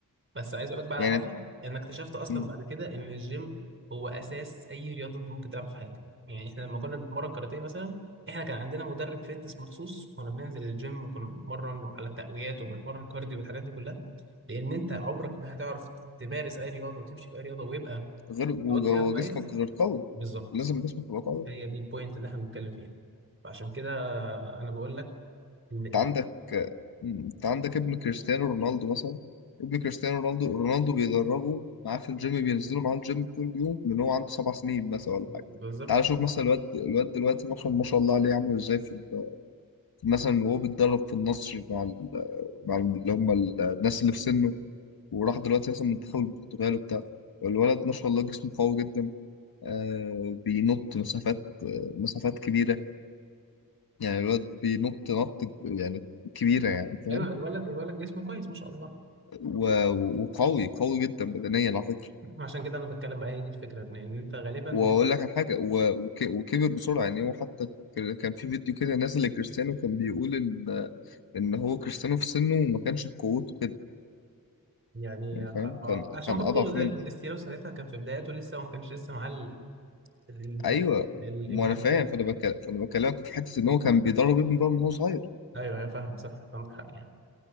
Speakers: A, on the right (about 35°); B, on the left (about 80°).
A: بس عايز اقول لك بقى على
B: يعني
A: حاجه انا اكتشفت اصلا
B: م،
A: بعد كده ان الجيم هو اساس اي رياضه انت ممكن تلعبها في حياتك يعني احنا لما كنا بنتمرن كاراتيه مثلا احنا كان عندنا مدرب فيتنس مخصوص كنا بننزل الجيم وكنا بنتمرن على التقويات وبنتمرن كارديو والحاجات دي كلها لان انت عمرك ما هتعرف تمارس اي رياضه وتمشي في اي رياضه ويبقى
B: غير وجسمك
A: تبقى فيها كويس
B: غير قوي
A: بالظبط
B: لازم جسمك يبقى قوي
A: هي دي البوينت اللي احنا بنتكلم فيها فعشان كده انا بقول لك ان
B: انت
A: يعني
B: عندك انت عندك ابن كريستيانو رونالدو مثلا ابن كريستيانو رونالدو رونالدو بيدربه معاه في الجيم بينزلوا معاه الجيم كل يوم من هو عنده سبع سنين مثلا ولا حاجه
A: بالظبط
B: تعال شوف مثلا الواد الواد دلوقتي مثلا ما شاء الله عليه عامل ازاي في ال- مثلا وهو بيتدرب في النصر مع ال... مع ال- اللي هم ال- الناس اللي في سنه وراح دلوقتي مثلا منتخب البرتغال وبتاع والولد ما شاء الله جسمه قوي جدا آه بينط مسافات آه مسافات كبيره يعني الولد بينط نط يعني كبيره يعني فاهم
A: ايوه الولد الولد جسمه كويس ما شاء الله
B: و- وقوي قوي جدا بدنيا على فكرة
A: عشان كده انا بتكلم بقى هي دي الفكره ان إن انت غالبا
B: واقول لك على حاجة و- وك- وكبر بسرعة يعني هو حتى ك- كان في فيديو كده نازل لكريستيانو كان بيقول ان ان هو كريستيانو في سنه ما كانش بقوته كده
A: يعني
B: يعني
A: آه،
B: فاهم
A: آه،
B: كان
A: عشان
B: كان
A: برضه
B: اضعف منه
A: زي كريستيانو ساعتها كان في بداياته لسه وما كانش لسه معاه ال- ال-
B: ايوه
A: ال- الامكانيات
B: ما انا فاهم فانا بكلم فانا بكلمك في حتة ان هو كان بيدرب ابنه بقى من هو صغير
A: ايوه ايوه فاهمه صح عندك حق يعني